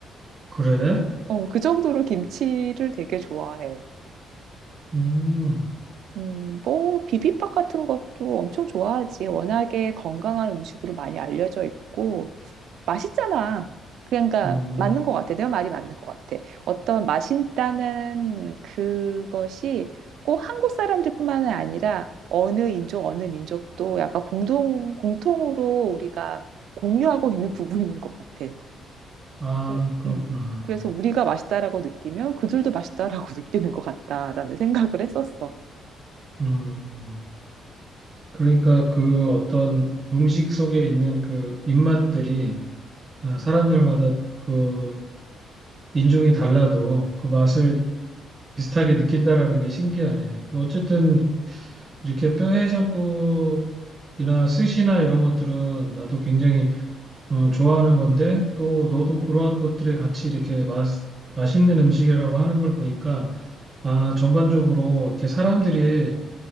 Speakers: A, on the right; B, on the right.
A: 그래?
B: 어, 그 정도로 김치를 되게 좋아해.
A: 음,
B: 음, 뭐, 비빔밥 같은 것도 엄청 좋아하지. 워낙에 건강한 음식으로 많이 알려져 있고, 맛있잖아. 그러니까,
A: 음.
B: 맞는 것 같아. 내가 말이 맞는 것 같아. 어떤 맛있다는 그것이 꼭 한국 사람들뿐만 아니라 어느 인종, 어느 민족도 약간 공동, 공통으로 우리가 공유하고 있는 <laughs> 부분인 것 같아.
A: 아,
B: 그-
A: 그렇구나.
B: 음. 그래서 우리가 맛있다라고 느끼면 그들도 맛있다라고 <laughs> 느끼는 것 같다라는 생각을 했었어.
A: 음. 그러니까 그 어떤 음식 속에 있는 그 입맛들이 아, 사람들마다 그 인종이 달라도 그 맛을 비슷하게 느낀다라는 게 신기하네. 어쨌든 이렇게 뼈해장국이나 스시나 이런 것들은 나도 굉장히 어, 좋아하는 건데 또 너도 그러한 것들에 같이 이렇게 맛, 맛있는 음식이라고 하는 걸 보니까 아, 전반적으로 이렇게 사람들이